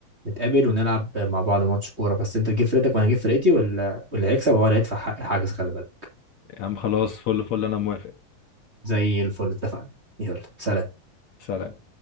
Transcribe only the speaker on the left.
يا عم خلاص فل فل انا موافق
سلام